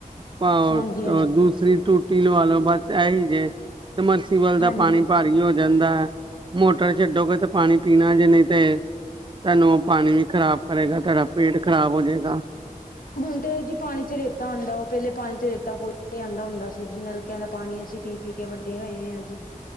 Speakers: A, on the right; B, on the left.
A: ਪਾ
B: ਹਾਂਜੀ
A: ਅ ਦੂਸਰੀ ਟੂਟੀ ਲਵਾਲੋ, ਬਸ ਏਹੀ ਜੇ ਸਮਰ ਟਿਊਬਲ ਦਾ
B: ਹਾਂਜੀ
A: ਪਾਣੀ ਭਾਰੀ ਹੋ ਜਾਂਦਾ ਐ, ਮੋਟਰ ਛੱਡੋਗੇ ਤੇ ਪਾਣੀ ਪੀਣਾ ਜੇ ਨਹੀਂ ਤੇ ਤੁਹਾਨੂੰ ਉਹ ਪਾਣੀ ਵੀ ਖ਼ਰਾਬ ਕਰੇਗਾ, ਤੁਹਾਡਾ ਪੇਟ ਖ਼ਰਾਬ ਹੋ ਜਾਏਗਾ
B: ਹੁਣ ਤੇ ਜੀ ਪਾਣੀ ਚ ਰੇਤਾ ਆਂਦਾ ਵਾ ਪਹਿਲੇ ਪਾਣੀ ਚ ਰੇਤਾ ਕੋਈ ਨ ਆਂਦਾ ਹੁੰਦਾ ਸੀ ਜੀ ਨਲਕਿਆਂ ਦਾ ਪਾਣੀ ਅਸੀਂ ਪੀ-ਪੀ ਕੇ ਵੱਡੇ ਹੋਏ ਹਾਂ ਜੀ